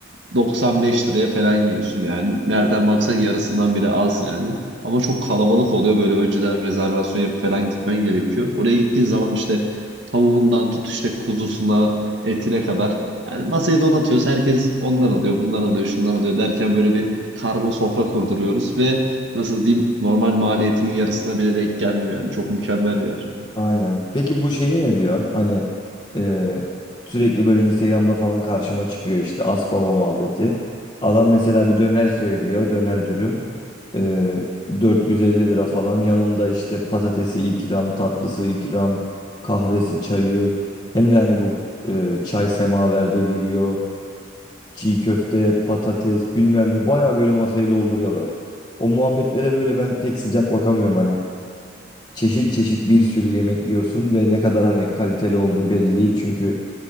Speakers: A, on the right (about 75°); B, on the left (about 25°).
A: 95 liraya falan yiyorsun yani. Nereden baksan yarısından bile az yani. Ama çok kalabalık oluyor böyle önceden rezervasyon yapıp falan gitmen gerekiyor. Oraya gittiğin zaman işte tavuğundan tut işte kuzusuna, etine kadar. Yani masayı donatıyoruz. Herkes ondan alıyor, bundan alıyor, şundan alıyor derken böyle bir karma sofra kurduruyoruz ve nasıl diyeyim normal maliyetinin yarısına bile denk gelmiyor yani. Çok mükemmel bir yer.
B: Aynen. Peki bu şeyi ne diyorsun? Hani e, sürekli böyle Instagram'da falan karşıma çıkıyor işte Asbaba muhabbeti. Adam mesela bir döner söylüyor. Döner dürüm. E, 450 lira falan. Yanında işte patatesi ikram, tatlısı ikram, kahvesi, çayı. Hem de hani bu e, çay semaverde geliyor. Çiğ köfte, patates bilmem ne. Baya böyle masayı dolduruyorlar. O muhabbetlere böyle ben pek sıcak bakamıyorum hani çeşit çeşit bir sürü yemek yiyorsun ve ne kadar hani kaliteli olduğu belli değil. Çünkü